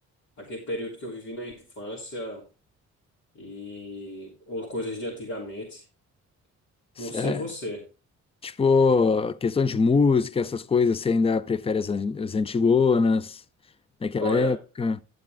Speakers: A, on the left; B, on the left.
A: àquele período que eu vivi na infância e ou coisas de antigamente.
B: Cé-
A: Não sei você.
B: Tipo, questão de música, essas coisas, você ainda prefere as, an- as antigonas daquela
A: Olha,
B: época?